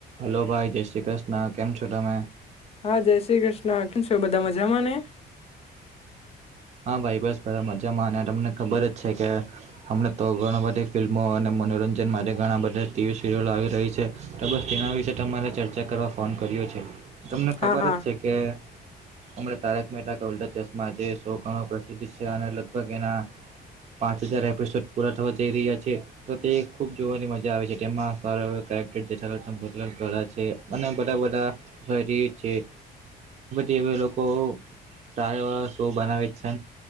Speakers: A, on the right; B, on the left.
A: Hello, ભાઈ જય શ્રી કૃષ્ણ. કેમ છો તમે
B: હા, જય શ્રી કૃષ્ણ કેમ છે, બધા મજામાં ને
A: હા ભાઈ બસ પેલા મજામાં અને તમને ખબર જ છે, કે અમને તો ઘણી બધી ફિલ્મો અને મનોરંજન. મનોરંજન માટે રે ઘણા બધા ટીવી સિરિયલો આવી રહી છે, તો બસ તેના વિશે તમારે ચર્ચા કરવા ફોન કર્યો છે. તમને ખબર
B: હા હા
A: જ છે, કે અમને તારક મહેતા કા ઉલટા ચશ્માં જે. ઘણો પ્રસિદ્ધ છે અને લગભગ એના. પાંચ હજાર એપિસોડ પૂરા થવા જઈ રહ્યા છે, તો તે ખુબ જોવાની મજા આવે છે, જેમાં છે, જેઠાલાલ ચંપકલાલ ગડા બહુત બડા છે એ લોકો સારા એવા શો બનાવે છે.